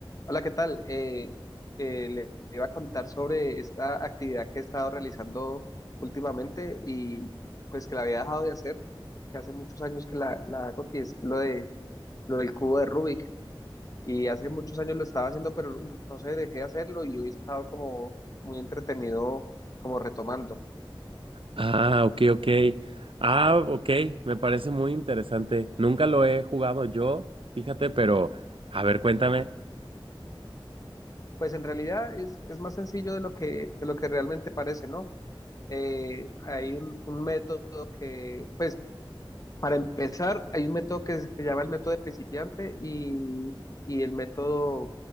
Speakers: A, on the left (about 40°); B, on the right (about 80°).
A: Hola, ¿qué tal? Eh, eh, le iba a contar sobre esta actividad que he estado realizando últimamente y pues que la había dejado de hacer, que hace muchos años que la, la hago, que es lo de lo del cubo de Rubik. Y hace muchos años lo estaba haciendo, pero no no sé, dejé de hacerlo y hoy he estado como muy entretenido como retomando.
B: Ah, ok, ok. Ah, ok, me parece muy interesante. Nunca lo he jugado yo, fíjate, pero a ver, cuéntame.
A: Pues en realidad es, es más sencillo de lo que, de lo que realmente parece, ¿no? Eh, hay un, un método que, pues Para empezar, hay un método que se llama el método de principiante y, y el método,